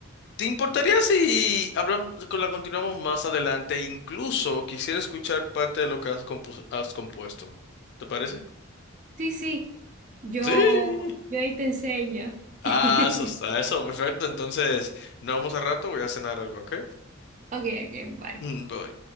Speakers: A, on the left; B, on the right.
A: ¿Te importaría si hablamos, con la continuamos más adelante? Incluso quisiera escuchar parte de lo que has, compus- has compuesto. ¿Te parece?
B: sí, sí. Yo,
A: Sí.
B: yo ahí te enseño. <laughs>
A: Ah, eso está, eso, perfecto. Entonces, nos vemos al rato, voy a cenar algo, ¿ok?
B: Okay, okay, bye.
A: Mm, Bye.